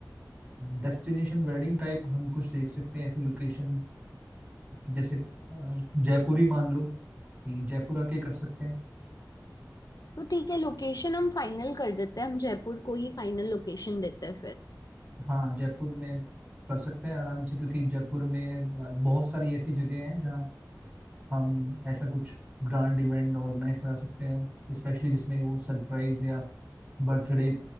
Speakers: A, on the right; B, on the left.
A: डेस्टिनेशन वेडिंग टाइप हम कुछ देख सकते हैं ऐसी लोकेशन जैसे अ, जयपुर ही मान लो कि जयपुर आके कर सकते हैं
B: तो ठीक है लोकेशन हम फाइनल कर देते हैं हम जयपुर को ही फाइनल लोकेशन देते हैं
A: हाँ जयपुर में कर सकते हैं आराम से क्योंकि जयपुर में अ, बहुत सारी ऐसी जगह हैं हम ऐसा कुछ ग्रांड इवेंट ऑर्गेनाइज करा सकते हैं स्पेशली जिसमें वो सरप्राइज या बर्थडे